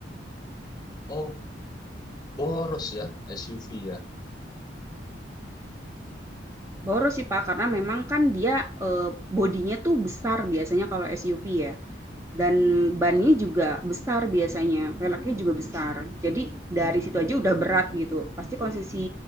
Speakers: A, on the left; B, on the right.
A: Oh, boros ya SUV ya.
B: Boros sih, Pak, karena memang kan dia, eee, bodinya tuh besar biasanya kalau SUV ya. Dan bannya
A: Ah,
B: juga besar biasanya, velgnya juga besar. Jadi dari situ aja udah berat gitu. Pasti konsumsi